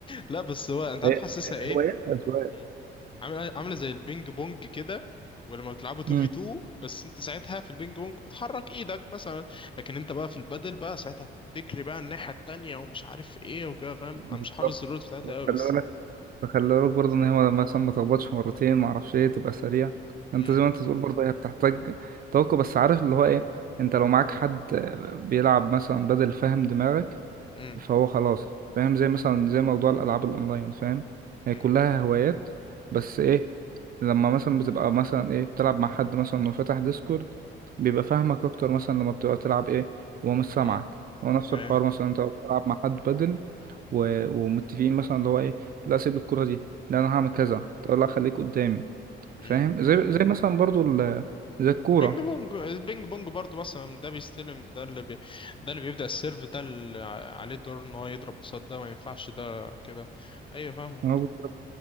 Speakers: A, on the left; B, on the right.
A: لا بس هو انت عارف
B: هي
A: حاسسها ايه
B: هوايات أذواق
A: مم. عامله عامله زي البينج بونج كده ولما بتلعبوا 2
B: مم.
A: في 2 بس انت ساعتها في البينج بونج بتحرك ايدك مثلا لكن انت بقى في البادل بقى ساعتها تجري بقى الناحيه التانيه ومش عارف ايه وكده فاهم
B: بالظبط
A: انا مش حافظ الرولز بتاعتها قوي بس
B: خلي بالك فخلي
A: مم.
B: بالك برضه إن هي ما- مثلا ما تخبطش مرتين ما أعرفش إيه تبقى سريع
A: مم.
B: أنت زي ما أنت بتقول برضه هي بتحتاج توقع بس عارف اللي هو إيه أنت لو معاك حد بيلعب مثلا بدل فاهم دماغك
A: مم.
B: فهو خلاص فاهم زي مثلا زي موضوع الالعاب الاونلاين فاهم هي
A: مم.
B: كلها هوايات بس ايه لما مثلا بتبقى مثلا ايه بتلعب مع حد مثلا وفتح ديسكورد بيبقى فاهمك اكتر مثلا لما بتبقى تلعب ايه وهو مش سامعك
A: مم.
B: هو نفس
A: ايوه
B: الحوار مثلا انت بتلعب مع حد بدل و...
A: مم.
B: ومتفقين مثلا اللي هو ايه لا سيب الكرة دي لا انا هعمل كذا
A: مم.
B: تقول لا خليك قدامي
A: مم.
B: فاهم زي زي مثلا برضو ال... زي الكورة
A: بينج بونج البينج بونج برضه مثلا ده بيستلم ده اللي بي... ده اللي بيبدأ السيرف ده اللي ع- عليه الدور ان هو يضرب قصاد ده ما ينفعش ده كده ايوه فاهمك
B: الكورة